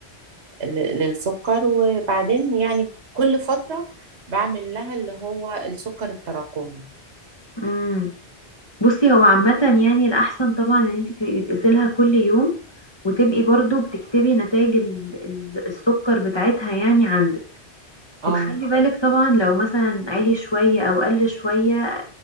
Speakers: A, on the right; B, on the left.
A: ل- للسكر وبعدين يعني كل فتره بعمل لها اللي هو السكر التراكمي
B: امم بصي هو عامة يعني الأحسن طبعا ان انتي تبقي بتقيسيلها كل يوم وتبقي برضو بتكتبي نتائج ال... ال- السكر بتاعتها يعني عندك
A: اه
B: وتخلي بالك طبعا لو مثلا عالي شوية او قل شوية